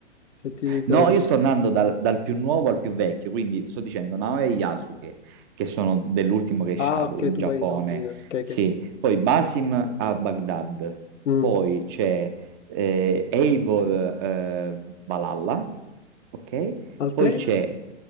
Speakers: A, on the left (about 90°); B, on the right (about 20°).
A: se ti ricordi.
B: No, io sto andando dal, dal più nuovo al più vecchio, quindi sto dicendo Naoya e Yasuke, che sono dell'ultimo che è Shadow
A: Ah, ok,
B: in
A: tu
B: Giappone,
A: vai in ordine. Ok, ok.
B: sì. Poi Basim a Baghdad,
A: Mm.
B: poi c'è eh, Eivor eh, Valhalla, ok?
A: Altera?
B: Poi c'è...